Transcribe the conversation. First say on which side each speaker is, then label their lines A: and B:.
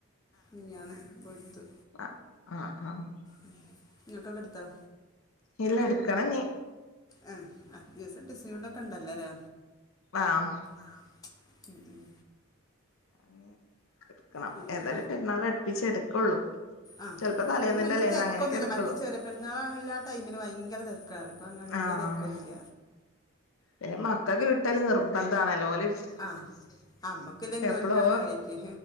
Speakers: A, on the left; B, on the left.
A: മിനിയാന്ന് പോയിടുത്തു,
B: അ ആഹ് ആഹ്,
A: ഉം, ഇങ്ങക്കന്തട്ത്തൊ?
B: ഇല്ല ഇട്ക്കണംഞ്ഞി,
A: ആഹ് ആഹ് ദീസഡിസൈൻണ്ട ഒക്കെ ഉണ്ടല്ലൊലേ
B: ആഹ്,
A: ആഹ്, ഉം ഉം,
B: ഉം എടുക്കണം
A: പിന്നെ
B: ഏതായാലും പെരുന്നാളട്പ്പിച്ച് എടുക്കൊള്ളു
A: ആ
B: ചെൽപ്പൊ തലേന്നിന്റെ
A: ഇപ്പഴ് വലിയ
B: തല്ലേന്
A: തിരക്കൊന്നുമില്ല
B: അങ്ങനെയൊക്കെ എടുക്കൊള്ളു
A: മറ്റേ ചെറിയ പെരുന്നാൾ എല്ലാ ടൈമില് ഭയങ്കര തെരക്കാണ് ഇപ്പ അങ്ങന വല്യെ
B: ആഹ്
A: തിരക്കൊന്നുല്ല,
B: പിന്നെ മക്കൾക്ക് കിട്ടല് നിർബന്ധാണലൊ, ഓല്,
A: ആ അമ്മക്കില്ലെങ്കിലും
B: എപ്പളോ
A: ഓര്ക്കാണലൊ കാര്യായ്റ്റ്,